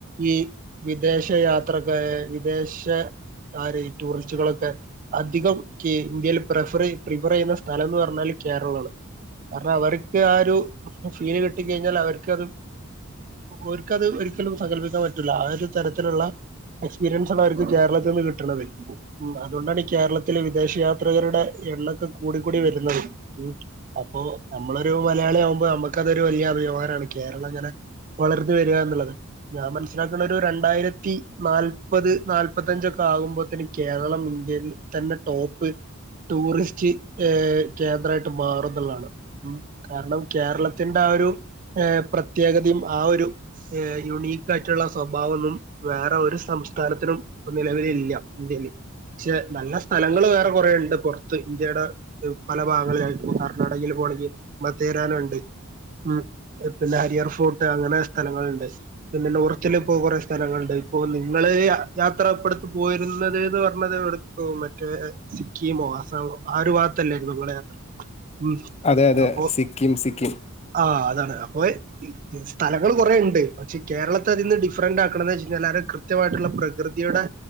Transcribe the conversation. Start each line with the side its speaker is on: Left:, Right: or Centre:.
Right: ഈ വിദേശയാത്രൊക്കെ വിദേശ ആരേ ഈ ടൂറിസ്റ്റുകളൊക്കെ അധികം കേ ഇന്ത്യയില് പ്രഫറയ് പ്രിഫറ് ചെയ്യുന്ന സ്ഥലംന്ന് പറഞ്ഞാല് കേരളാണ് കാരണം അവർക്ക് ആ ഒരു ഫീല് കിട്ടി കഴിഞ്ഞാൽ അവര്ക്കത് ഓര്ക്കത് ഒരിക്കലും സങ്കല്പിക്കാൻ പറ്റൂല ആ ഒരു തരത്തിലൊള്ള എക്സ്പീരിയൻസാണ് അവര്ക്ക് കേരളത്ത്ന്ന് കിട്ട്ണത് ഉം അതോണ്ടാണ് ഈ കേരളത്തില് വിദേശയാത്രകരുടെ എണ്ണൊക്കെ കൂടി കൂടി വെരുന്നത് ഉം അപ്പോ നമ്മളൊരു മലയാളി ആകുമ്പ നമ്മക്കതൊരു വെല്ല്യ അഭിമാനാണ് കേരളങ്ങനെ വളർന്ന് വരുകാന്നുള്ളത് ഞാൻ മനസ്സിലാക്ക്ണ ഒരു രണ്ടായിരത്തി നാല്പത് നാല്പത്തഞ്ചൊക്കെ ആകുമ്പോത്തേനും കേരളം ഇന്ത്യയിൽ തന്നേ ടോപ്പ് ടൂറിസ്റ്റ്ഏഹ് കേന്ദ്രായി ട്ട് മാറുംന്ന്ള്ളാണ് ഉം കാരണം കേരളത്തിന്റെ ആ ഒരു ഏഹ് പ്രത്യേകതയും ആ ഒരു ഏഹ് യുണീക്ക് ആയിട്ടുള്ള സ്വഭാവൊന്നും വേറെ ഒരു സംസ്ഥാനത്തിനും ഇപ്പം നിലവിലില്ല ഇന്ത്യേല് പക്ഷേ നല്ല സ്ഥലങ്ങള് വേറ കൊറേ ഇണ്ട് പൊർത്ത് ഇന്ത്യയുടെ ദ് പല ഭാഗങ്ങളിലായി കർണ്ണാടകയിൽ പോണെങ്കി മദ്ദേരാനുണ്ട് ഉം പിന്നേ ഹരിഹർ ഫോർട്ട് അങ്ങനെ സ്ഥലങ്ങള്ണ്ട് പിന്നെ നോർത്തില് പോ കൊറെ സ്ഥലങ്ങളിണ്ട് ഇപ്പൊ നിങ്ങള് യാത്ര ഇപ്പൊ അടുത്ത് പോയിരുന്നത് ഏത് പറഞ്ഞത് എ ഓഹ് മറ്റേ സിക്കിമോ ആസാമോ ആ ഒരു ഭാഗത്തല്ലാരുന്നോ നിങ്ങെടെ യാത്ര ഉം
Left: അതെ അതെ
Right: അപ്പൊ
Left: സിക്കിം സിക്കിം
Right: ആഹ് അതാണ് അപ്പൊയ് സ്ഥലങ്ങള് കൊറെ ഉണ്ട് പക്ഷെ കേരളത്തെ അതിന്ന് ഡിഫറൻ്റാക്കണെന്ന് വെച്ച് കഴിഞ്ഞാൽ വളരെ കൃത്യവായിട്ടുള്ള പ്രകൃതിയുടെ